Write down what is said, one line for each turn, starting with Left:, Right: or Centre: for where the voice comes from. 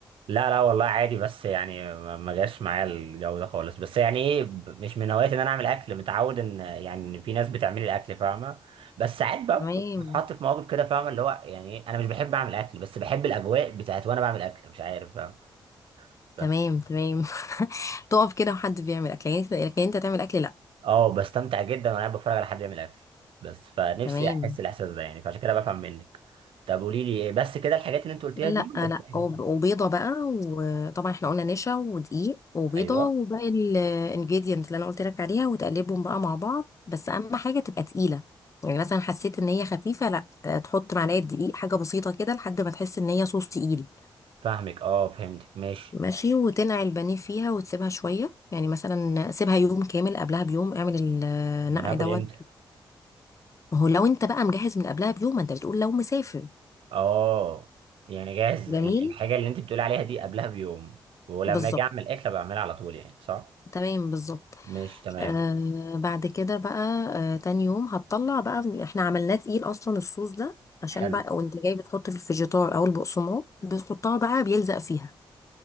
Right: لا لا والله عادي بس يعني ما ما جاش معايا الجو ده خالص بس يعني ايه ب- مش من هواياتي ان انا اعمل اكل متعود ان يعني ان في ناس بتعمل لي الاكل فاهمه بس ساعات بقى
Left: تمام
Right: ب- بتحط في مواقف كده فاهمه اللي هو يعني إيه، انا مش بحب اعمل اكل بس بحب الاجواء بتاعت وانا بعمل اكل مش عارف فاهم بس
Left: تمام تمام <laughs> تقف كده وحد بيعمل اكل يعني انت لكن انت تعمل اكل لا
Right: اه بستمتع جدا وانا قاعد بتفرج على حد يعمل اكل بس فنفسي
Left: تمام
Right: احس الاحساس ده يعني فعشان كده بفهم منك طب قولي لي إيه بس كده الحاجات اللي انت قلتيها
Left: لا
Right: دي ولا
Left: لا
Right: في حاجات
Left: وب- وبيضة بقى وطبعا احنا قلنا نشا ودقيق وبيضة
Right: ايوه
Left: وباقي الانجريدينت اللي انا قلت لك عليها وتقلبهم بقى مع بعض بس اهم حاجة تبقى تقيلة يعني مثلا حسيت ان هي خفيفة لا تحط معلقة دقيق حاجة بسيطة كده لحد ما تحس ان هي صوص تقيل
Right: فاهمك اه فهمتك ماشي
Left: ماشي وتنقع البانيه فيها وتسيبها شوية يعني مثلا سيبها يوم كامل قبلها بيوم اعمل النقع
Right: ما انا هاكل
Left: دوت
Right: امتى
Left: ما هو لو انت بقى مجهز من قبلها بيوم ما انت بتقول لو مسافر
Right: اه يعني جاهز
Left: جميل
Right: ال- الحاجة اللي انت بتقولي عليها دي قبلها بيوم ولما
Left: بالظبط
Right: اجي اعمل اكله بعملها على طول يعني صح؟
Left: تمام بالظبط
Right: مش تمام
Left: آه بعد كده بقى آه تاني يوم هتطلع بقى احنا عملناه تقيل اصلا الصوص ده عشان
Right: حلو
Left: بقى وانت جاي بتحط في الفيجيتار او البقسماط بتحطها بقى بيلزق فيها